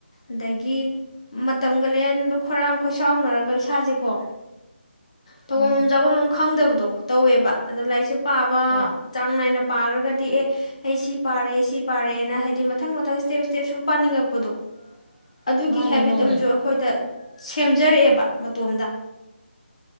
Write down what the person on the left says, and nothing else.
ꯑꯗꯒꯤ ꯃꯇꯝꯒ ꯂꯦꯟꯕ ꯈꯣꯏꯔꯥꯡ ꯈꯣꯏꯁꯥꯎꯅꯔꯒ ꯏꯁꯥꯁꯦꯀꯣ ꯇꯧꯐꯝ
ꯆꯥꯐꯝ ꯑꯃ ꯈꯪꯗꯕꯗꯣ ꯑꯗꯣ ꯇꯧꯋꯦꯕ ꯑꯗꯣ ꯂꯥꯏꯔꯤꯁꯦ ꯄꯥꯕ
ꯆꯥꯡ ꯅꯥꯏꯅ ꯄꯥꯔꯒꯗꯤ ꯑꯦ ꯑꯩꯁꯤ ꯄꯥꯔꯦ ꯁꯤ ꯄꯥꯔꯦꯅ ꯍꯥꯏꯗꯤ ꯃꯊꯪ ꯃꯊꯪ ꯏꯁꯇꯦꯞ ꯏꯁꯇꯦꯞ ꯁꯨꯝ ꯄꯥꯅꯤꯡꯉꯛꯄꯗꯣ ꯑꯗꯨꯒꯤ
ꯍꯦꯕꯤꯠ
ꯑꯃꯁꯨ ꯑꯩꯈꯣꯏ ꯁꯦꯝꯖꯔꯛꯑꯦꯕ ꯃꯇꯣꯝꯗ